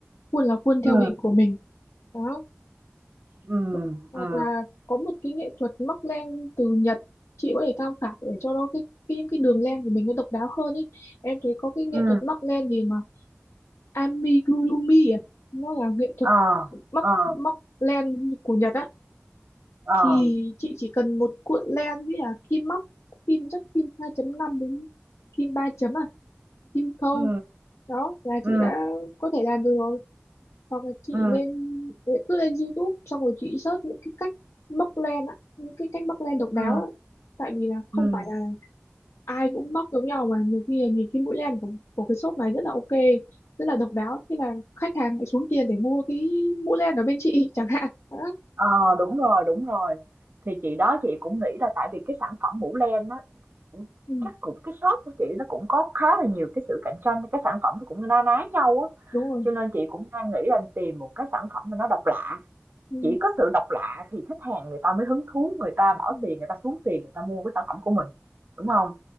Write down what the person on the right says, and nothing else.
ừ,
ừ
ừ
ừ,
ờ
ờ
ờ
ừ,
ừ,
ừ,
ừ,
ừ.
Ờ, đúng rồi, đúng rồi. Thì chị đó chị cũng nghĩ là tại vì cái sản phẩm mũ len á cũng-
chắc cũng cái shop của chị nó cũng có khá là nhiều cái sự cạnh tranh cái sản phẩm nó cũng na ná nhau á
cho nên chị cũng đang nghĩ là tìm một cái sản phẩm mà nó độc lạ
chỉ có sự độc lạ thì khách hàng người ta mới hứng thú, người ta bỏ
tiền, người ta xuống tiền, người ta mua cái sản phẩm của mình, đúng không